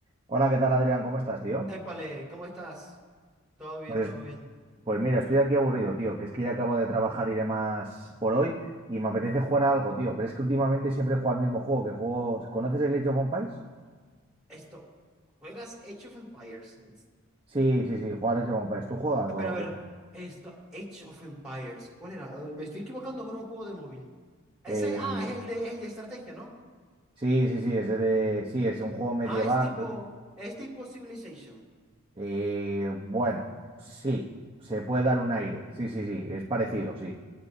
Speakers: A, on the right; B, in the centre.
A: Hola, ¿qué tal, Adrián? ¿Cómo estás, tío?
B: Épale, ¿cómo estás? Todo bien,
A: Pues,
B: todo bien.
A: pues mira, estoy aquí aburrido, tío, que es que ya acabo de trabajar y demás por hoy y me apetece jugar a algo, tío, pero es que últimamente siempre juego al mismo juego, que juego... ¿Conoces el Age of Empires?
B: Esto, ¿juegas Age of Empires? Es-
A: Sí, sí, sí, jugar Age of Empires. ¿Tú juegas o
B: Pero a
A: qué?
B: ver, esto, Age of Empires, ¿cuál era? Eh, Me estoy equivocando con un juego de móvil. Es
A: Eh,
B: el, ah, es el de, es el de estrategia, ¿no?
A: sí, sí, sí, es de... Sí, es un juego medieval.
B: Ah, es tipo, es tipo Civilization.
A: Eh, bueno, sí, se puede dar un aire. Sí, sí, sí, es parecido, sí.